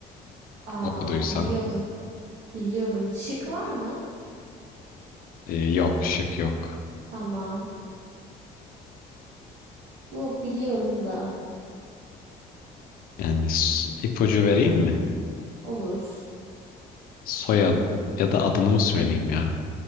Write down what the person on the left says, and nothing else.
okuduysan.
Ee, yok, şık yok.
Yani s- ipucu vereyim mi?
Soyad ya da adını mı söyleyeyim ya?